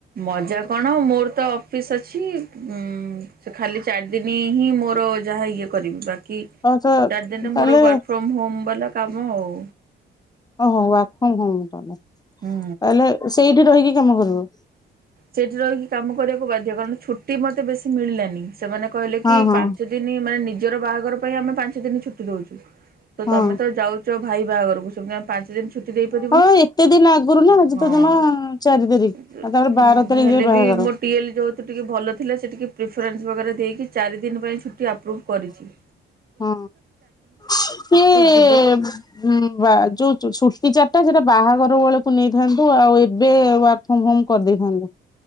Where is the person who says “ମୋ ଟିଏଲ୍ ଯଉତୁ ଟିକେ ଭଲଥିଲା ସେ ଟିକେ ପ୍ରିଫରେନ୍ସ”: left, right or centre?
Right